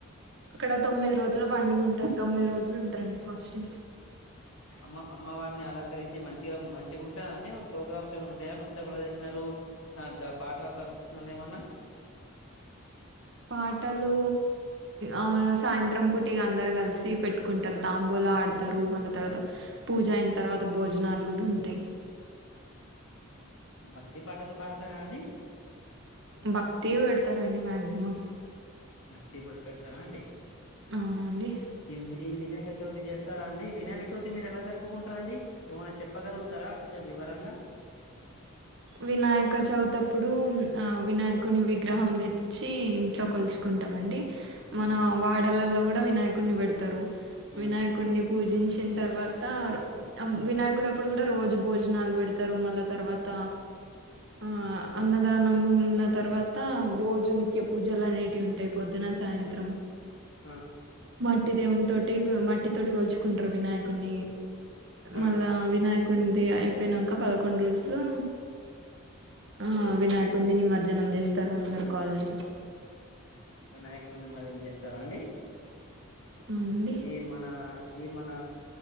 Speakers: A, on the right; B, on the left.
A: అక్కడ తొమ్మిది రోజుల పండుగ ఉంటారు తొమ్మిది రోజులు ఉంటారండి ఫాస్టింగ్
B: అమ్మ అమ్మవారిని అలంకరించి మంచిగా మంచిగా ఉంటా అండి ప్రోగ్రామ్స్ ఏమైనా ఉంటాయా ఉత్తర ప్రదర్శనలు ఆ పాటల ప్రదర్శనలు ఏమన్నా
A: పాటలు ఆ సాయంత్రం పూట ఇగ అందరు కలిసి పెట్టుకుంటారు తాంబూలా ఆడతారు మళ్ళా తర్వాత పూజ అయిన తర్వాత భోజనాలు కూడా ఉంటాయి
B: భక్తి పాటలు పాడతారా అండి
A: భక్తివే పెడతారండి మాక్సిమం
B: భక్తివి కూడా పెడతారా అండి
A: అవునండి
B: ఈ ఈ వినాయక చవితి చేస్తారా అండి వినాయక చవితి మీరు ఎలా జరుపుకుంటారండి ఏమైనా చెప్పగలుగుతారా కొంచెం వివరంగా
A: వినాయక చవివుతప్పుడు ఆ వినాయకుని విగ్రహం తెచ్చి ఇంట్లో కొలుచుకుంటాం అండి
B: ఉమ్
A: మన వాడలల్లో కూడా వియకుడిని వెడు తరు
B: ఉమ్
A: వినాయకుడిని పూజించిన తర్వాత వినాయకుడు అప్పుడు కూడా రోజు భోజనాలు పెడతారు మళ్ళా తర్వాత ఆ అన్నదానం ఉన్న తర్వాత రోజు నిత్య పూజలు అనేటివి ఉంటాయి పొద్దున సాయంత్రం
B: ఆ
A: మట్టి దేవుని తోటి మట్టి తోటి గోల్చుకుంటారు వినాయక్ కున్ని మళ్ళా
B: ఆ
A: వినాయక కొంది అయిపోయినాక పదకొండు రోజులు ఆ వినాయకుండి నిమజ్జనం చేస్తారు అందరు కాల్ని
B: వినాయకుడి ని మదం చేస్తారా అండి
A: అండి
B: ఈ మన ఈ మన